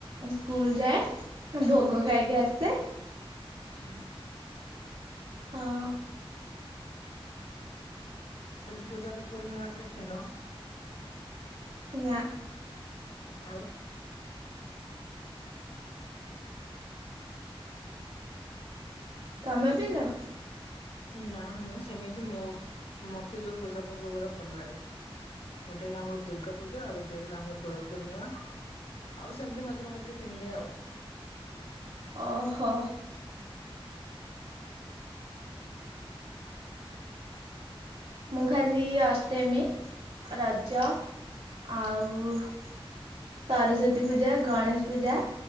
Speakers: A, on the right; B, on the left.
A: ସ୍କୁଲ ଯାଏ ଭୋଗ ଖାଇକି ଆସେ।
B: ହଁ।
A: ହଁ।
B: ସବୁ ପୂଜା ପର୍ବରେ ନୂଆ ଡ୍ରେସ ପିନ୍ଧ?
A: ନା।
B: ଆଉ?
A: ତମେ ପିନ୍ଧ?
B: ନା ମୁଁ ସେମିତି ମୋ ମତେ ଯୋଉ ପୂଜା ପର୍ବ ଗୁଡା ଭଲ ଲାଗେ ଗୋଟେ ହେଲା ଆମର ଦୁର୍ଗା ପୂଜା ଆଉ ଗୋଟେ ହେଲା ଆମର ଦୋଳ ପୂର୍ଣ୍ଣିମା ଆଉ ସେମିତି ମଝିରେ ମଝିରେ କିଣି ନିଏ ଆଉ।
A: ଓହୋ। ମୁଁ ଖାଲି ଅଷ୍ଟମୀ ରଜ ଆଉ ସରସ୍ଵତୀ ପୂଜା ଗଣେଶ ପୂଜା